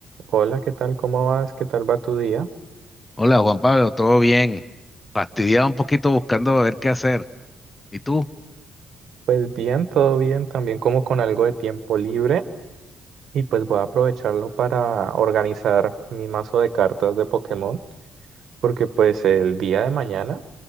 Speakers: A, on the right; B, on the left.
A: Hola, ¿qué tal? ¿Cómo vas? ¿Qué tal va tu día?
B: Hola Juan Pablo, ¿todo bien? Fastidiado un poquito buscando ver qué hacer. ¿Y tú?
A: Pues bien, todo bien, también como con algo de tiempo libre y pues voy a aprovecharlo para organizar mi mazo de cartas de Pokémon porque pues el día de mañana